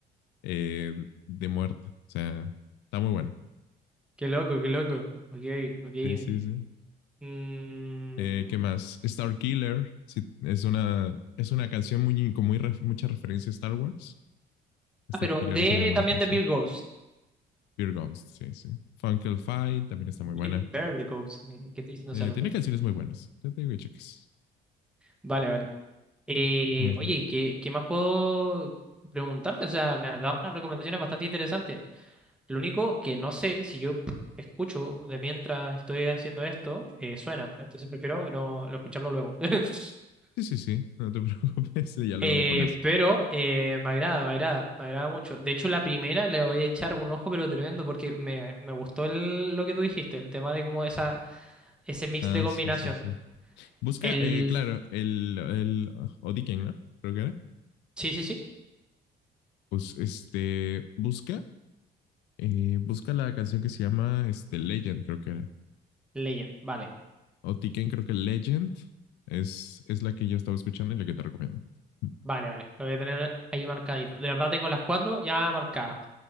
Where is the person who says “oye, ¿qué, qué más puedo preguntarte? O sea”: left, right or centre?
Centre